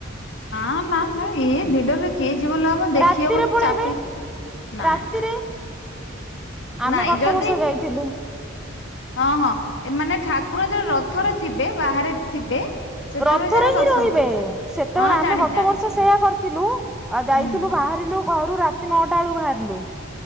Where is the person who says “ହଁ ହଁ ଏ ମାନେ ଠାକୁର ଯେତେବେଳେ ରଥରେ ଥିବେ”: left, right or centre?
Left